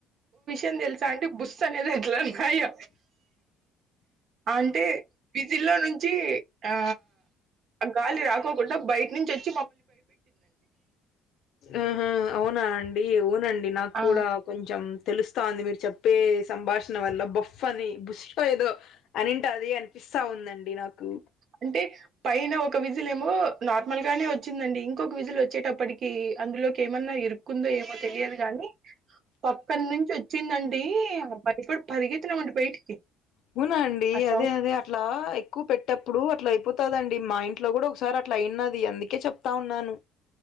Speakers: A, on the right; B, on the left.
A: ఎన్ తెల్సా అండి బుస్సనేది ఎట్లానయ్య అంటే విజిల్లో నుంచి ఆ ఆ గాలి రాకోకుండా బయట్ నుంచొచ్
B: ఆహ అవునా అం డివ్ అవునండి నాకు
A: ఆ
B: కూడా కొంచెం తెలుస్తాంది మీరు చెప్పేస్ సంభాషణ వల్ల బొఫ్ అని బుష్ ఏదో అనింటది అనిపిస్తా ఉందండి నాకు
A: అంటే పైన ఒక విజిలేమో నార్మల్ గానే వచ్చిందండి. ఇంకొక విజుల్ వచ్చేటప్పటికి అందులోకి ఏమన్నా ఇరుక్కుందో ఏమో తెలియదు గాని పప్ అక్కన్నించ్చొచ్చిందండి బయపడి పరిగెత్తినమండి బయటికి
B: అవునా అండి
A: ఆ సౌండ్
B: అదే అదే అట్లా ఎక్కువ పెట్టప్పుడు అట్లా అయిపోతదండి మా ఇంట్లో కూడా ఒకసారి అ ట్ల అయిన్నాది అందుకే చెప్ టా ఉన్నాను